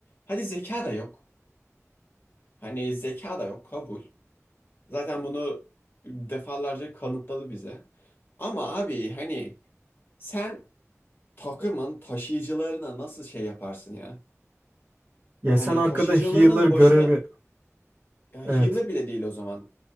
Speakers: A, on the left; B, on the right.
A: Hadi zeka da yok. Hani zeka da yok kabul. Zaten bunu defalarca kanıtladı bize. Ama abi hani sen Takımın taşıyıcılarına nasıl şey yaparsın ya?
B: Ya
A: Hani
B: sen arkada
A: taşıyıcılarının
B: healer görevi.
A: başına ya
B: Evet.
A: healer bile değil o zaman.